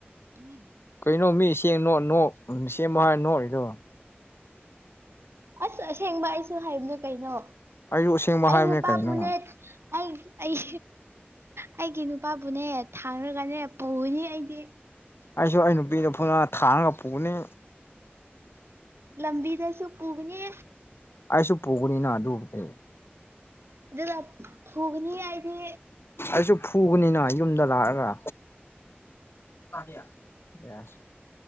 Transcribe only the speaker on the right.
ꯎꯝ <unintelligible>
ꯑꯁ ꯑꯁꯦꯡꯕ ꯑꯩꯁꯨ ꯍꯥꯏꯕꯅꯦ ꯀꯩꯅꯣ
ꯑꯩ
ꯅꯨꯄꯥꯕꯨꯅꯦ
ꯑꯩ ꯑꯩ ꯑꯩꯒꯤ ꯅꯨꯄꯥꯕꯨꯅꯦ ꯊꯥꯡꯔꯒꯅꯦ ꯄꯨꯒꯅꯤ ꯑꯩꯗꯤ
ꯂꯂꯝꯕꯤꯗꯁꯨ ꯀꯨꯒꯅꯤ
ꯑꯗꯨꯒ ꯐꯨꯒꯅꯤ ꯍꯥꯏꯗꯤ